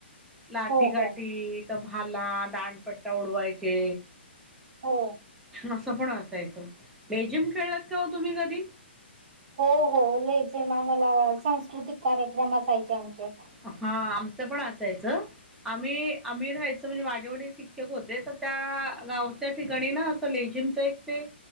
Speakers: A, in the centre; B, on the right.
A: लाठी-
B: हो
A: काठी
B: हो
A: तर भाला, दांडपट्टा उडवायचे.
B: हो
A: असं पण असायचं, लेझीम खेळलात का हो तुम्ही कधी?
B: हो हो मी ते आम्हाला सांस्कृतिक कार्यक्रम असायचे आमचे
A: हा. आमचं पण असायचं. आम्ही आम्ही राहायचो म्हणजे माझे वडील शिक्षक होते तर त्या गावच्या ठिकाणी ना असं जिमच एक ते